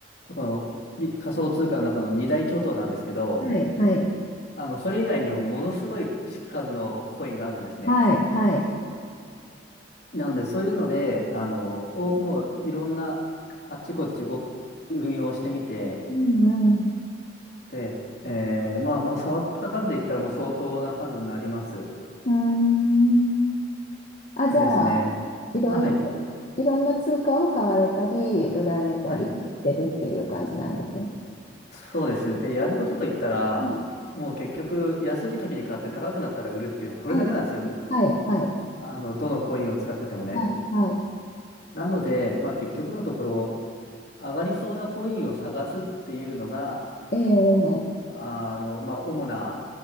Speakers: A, on the left; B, on the left.
A: その、び仮想通貨の中の二大巨頭なんですけど、
B: はい。はい。
A: あの、それ以外にもものすごい数のコインがあるんですね。
B: はい。はい。
A: なので、そういうので、あの、を、もういろんな、あっちこっちご運用してみて、
B: うん。
A: で、えーまあ、もう触った数で言ったらもう相当な数になります。
B: うん。うーん。あ、
A: でですね、
B: じゃあ、いろいろ、
A: あ、はい、
B: いろんな通貨を買われたり、売られたりしてるっていう感じなんですね。
A: はい、そうです。で、やることといったら、
B: あはい。
A: もう結局、安い時に買って高くなったら売るっていう、これだけなんですよ。
B: はい。はい。はい。
A: あの、どのコインを使っててもね。
B: はい、は
A: なので、まあ、結局のところ、上がりそうなコインを探すっていうのが、
B: い。ええ、
A: あの、まあ、主な、